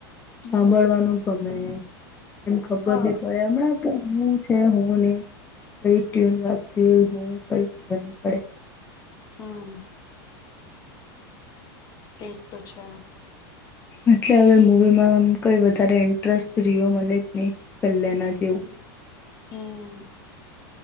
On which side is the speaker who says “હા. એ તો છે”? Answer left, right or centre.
Left